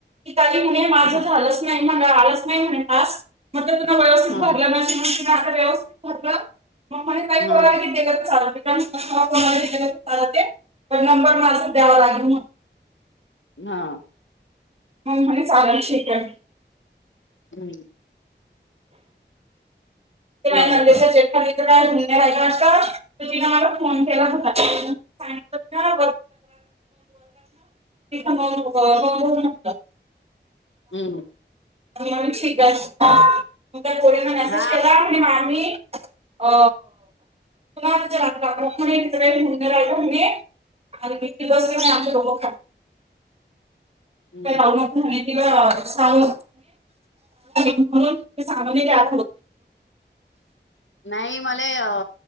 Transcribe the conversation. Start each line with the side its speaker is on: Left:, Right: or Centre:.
Right: की काही म्ह माझ
Left: हा
Right: झालंच नाही आलच नाही म्हणे डासक मग त्या तु व्यवस्थित
Left: हा
Right: भरल म्हे म्हण आता व्यवस्थित भरल मग महने
Left: हा
Right: विद्या चालण कोणा विद्या चालते पण नंबर मला द्यावा लागेल
Left: हा
Right: मग म्हणे चालेलाय शेकया
Left: हम
Right: ते काय
Left: बरोबर
Right: नंदेश चेठाेत काय घुण्यालाय असं तर तिने मला फोन केला होता सांगितलं ना बोलत नवता
Left: हम
Right: मग ठीक त्या कोमल ला मेसेज
Left: हा
Right: केला आणि मामी अ तुम्हा इ म्ह रालो मी आरधा किलोच आमचे दोघ खात
Left: हम्म
Right: किला महने सांग म्हणून सामाने हो
Left: नाही मला अ